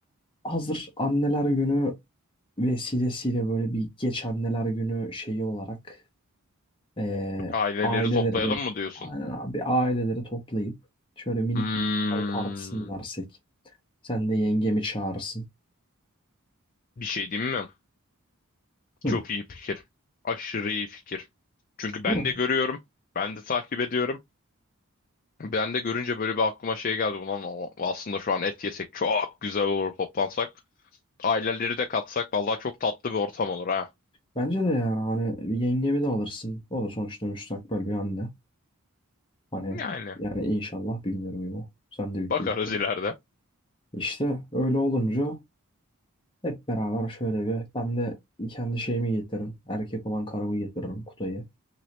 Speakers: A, on the left; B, on the left.
A: hazır anneler günü vesilesiyle böyle bir geç anneler günü şeyi olarak Ee,
B: Aileleri
A: aileleri
B: toplayalım
A: bir,
B: mı diyorsun?
A: aynen abi aileleri toplayıp şöyle minik
B: Hmm,
A: bir mangal partisi mi versek? Sen de yengemi çağırırsın.
B: bir şey diyeyim mi?
A: Hı.
B: Çok iyi fikir. Aşırı iyi fikir. Çünkü ben
A: Değil mi?
B: de görüyorum. Ben de takip ediyorum. Ben de görünce böyle bir aklıma şey geldi. Ulan o- aslında şu an et yesek çok güzel olur toplansak. Aileleri de katsak. Vallahi çok tatlı bir ortam olur ha.
A: Bence de yani hani yengemi de alırsın. O da sonuçta müstakbel bir anne. Hani
B: Yani.
A: yani inşallah bilmiyorum ya. Sen de bitiyor
B: Bakarız
A: işte.
B: ileride.
A: İşte öyle olunca hep beraber şöyle bir ben de kendi şeyimi getiririm. Erkek olan karımı getiririm Kutay'ı.